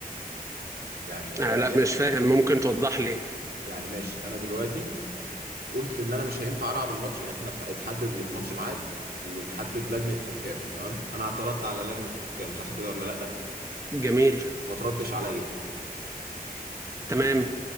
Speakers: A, on the right; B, on the right.
A: يعني هو
B: آه
A: قال-
B: لا مش فاهم ممكن توضح لي
A: يعني ماشي أنا دلوقتي قلت إن أنا مش هينفع ألعب الماتش يعني إحنا ات- اتحدد الماتش ميعاد وتحدد لجنة حكام تمام أنا اعترضت على لجنة الحكام صح كده ولا لأ
B: جميل
A: ما تردش عليا
B: تمام